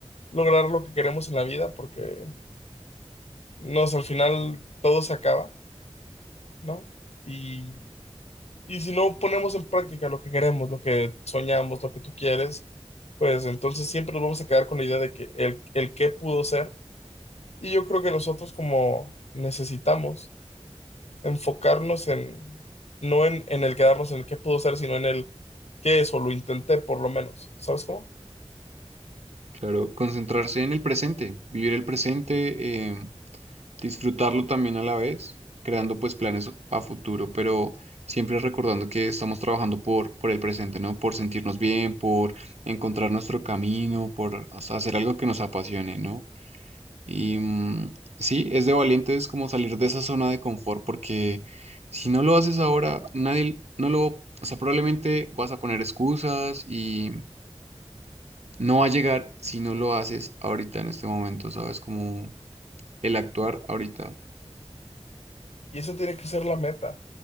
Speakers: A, on the left; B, on the right.
A: lograr lo que queremos en la vida, porque, no sé, al final todo se acaba, ¿no? Y, y si no ponemos en práctica lo que queremos, lo que soñamos, lo que tú quieres, pues entonces siempre nos vamos a quedar con la idea de que el, el qué pudo ser. Y yo creo que nosotros como necesitamos enfocarnos en, no en, en el quedarnos en el qué pudo ser, sino en el qué es o lo intenté por lo menos, ¿sabes cómo?
B: Claro, concentrarse en el presente, vivir el presente, eh, disfrutarlo también a la vez, creando pues planes a futuro, pero siempre recordando que estamos trabajando por, por el presente, ¿no? Por sentirnos bien, por encontrar nuestro camino, por o sea, hacer algo que nos apasione, ¿no? Y mm, sí, es de valientes como salir de esa zona de confort, porque si no lo haces ahora, nadie no lo, o sea, probablemente vas a poner excusas y no va a llegar si no lo haces ahorita en este momento, ¿sabes? Como el actuar ahorita.
A: Y eso tiene que ser la meta,